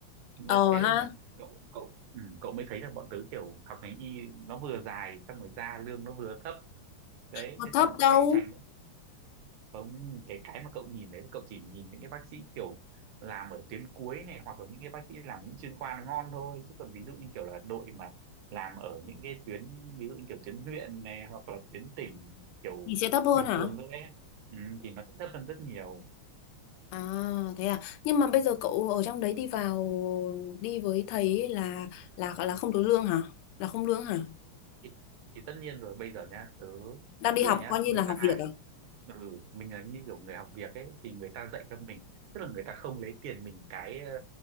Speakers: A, on the right; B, on the left.
A: Nên-
B: ờ
A: thế nên
B: ha
A: là cậu cậu ừ, cậu mới thấy là bọn tớ kiểu học ngành y nó vừa dài xong rồi ra lương nó vừa thấp đấy
B: có
A: thế
B: thấp
A: xong rồi còn
B: đâu
A: cạnh tranh nữa không cái cái mà cậu nhìn đấy cậu chỉ nhìn những cái bác sĩ kiểu làm ở tuyến cuối này hoặc là những cái bác sĩ làm những chuyên khoa nó ngon thôi chứ còn ví dụ như kiểu là đội mà làm ở những cái tuyến ví dụ như kiểu tuyến huyện này hoặc là tuyến tỉnh kiểu
B: thì sẽ thấp hơn
A: bình
B: hả
A: thường thôi ấy ừ, thì nó sẽ thấp hơn rất nhiều
B: À thế à nhưng mà bây giờ cậu ở trong đấy đi vào đi với thầy ấy là là là không được lương hả là không lương hả
A: thì, thì tất nhiên rồi bây giờ nhá tớ
B: đang đi
A: tức
B: học
A: là nhá
B: coi như
A: người
B: là học
A: ta
B: việc à
A: ừ mình là như kiểu người học việc ấy thì người ta dạy cho mình tức là người ta không lấy tiền mình cái ờ,